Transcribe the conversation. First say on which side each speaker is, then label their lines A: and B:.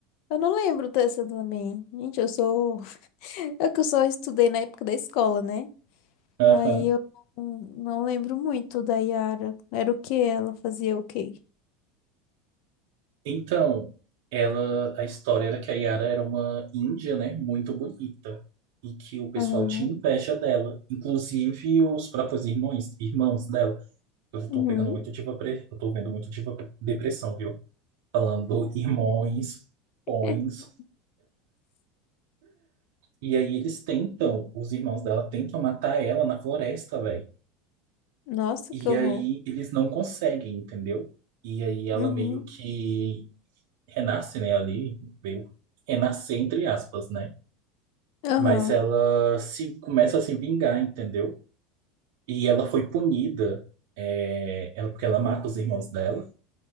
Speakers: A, on the left; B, on the right.
A: Eu não lembro dessa também. Gente, eu sou. <laughs> É que eu só estudei na época da escola, né?
B: Aham.
A: Aí eu não não lembro muito da Yara. Era o que ela fazia o quê?
B: Então, ela, a história era que a Yara era uma índia, né, muito bonita, e que o pessoal
A: Aham.
B: tinha inveja dela, inclusive os próprios irmãos, irmãos dela. Eu
A: Uhum.
B: tô pegando muito diva, pre- eu tô vendo muito diva pre- depressão, viu? Falando irmãos, pões.
A: <laughs>
B: E aí eles tentam, os irmãos dela tentam matar ela na floresta, velho.
A: Nossa,
B: E
A: que horror.
B: aí eles não conseguem, entendeu? E aí ela
A: Uhum.
B: meio que renasce, né, ali, meio renascer entre aspas, né?
A: Aham.
B: mas ela se começa a se vingar, entendeu? E ela foi punida, é, ela, porque ela mata os irmãos dela,